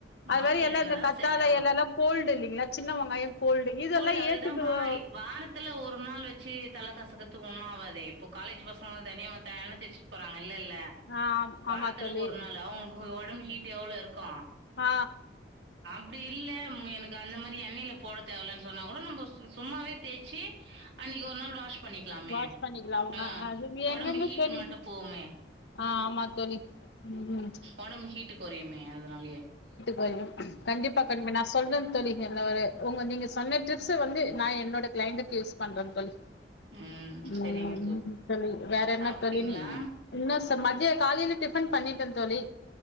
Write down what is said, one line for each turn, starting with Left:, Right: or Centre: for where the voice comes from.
Left: அது
Right: பாட்டில்
Left: மாரி எல்லா
Right: எண்ணெதா
Left: இந்த கத்தாழை
Right: செட் ஆவூ
Left: எலலா கோல்டு இல்லைங்களா சின்ன வெங்காயோ இதெல்லா
Right: கோல்டு அதுதா
Left: ஏத்துக்குறோ
Right: பாய் வாரத்துல ஒரு நாள் வச்சு தல கசக்க து ஒன்னாவாது இப்போ காலேஜ் பசங்களே தெனியுமே தே எண்ண தேச்சட்டு போறாங்க இல்லல்ல
Left: ஆ
Right: வாரத்துல
Left: ஆமா தோழி
Right: ஒரு நாள் அவுங் ஒ ஒடம் ஹீட் எவ்வளோ இருக்கு
Left: ஆ
Right: அப்டி இல்ல ம எனக்கு அந்த மாரி எண்ணெயில போட தேவலன்னு சொன்னா கூட நம்ப சு சும்மாவே தேய்ச்சு அன்னிக்கி ஒரு நாள் வாஷ் பண்ணிக்லாமே
Left: வாஷ் பண்ணிக்கலா அவங்க
Right: ஆ
Left: அது
Right: ஒடம்பு
Left: எங்கங்க
Right: ஹீட்
Left: தோழி
Right: மட்டூ போவுமே
Left: ஆ ஆமா தோழி ம்
Right: ஒடம்பு ஹீட்டுக் கொறையும்யாது தனாலயே
Left: போய்ரும் கண்டிப்பா கண்டிப்பா நா சொல்றே தோழி எல்லா வேலய உங்க நீங்க சொன்ன ட்ரிக்ஸ வந்து நா என்னோட கிளைண்டுக்கு யூஸ் பண்றேங் தோழி
Right: ம்.
Left: உம்
Right: சரிங்க
Left: உ தோழி வேற என்ன
Right: சாப்பிட்டீங்களா?
Left: தோழி என்ன ச ப மதிய காலையில டிஃபன் பண்ணிட்டே தோழி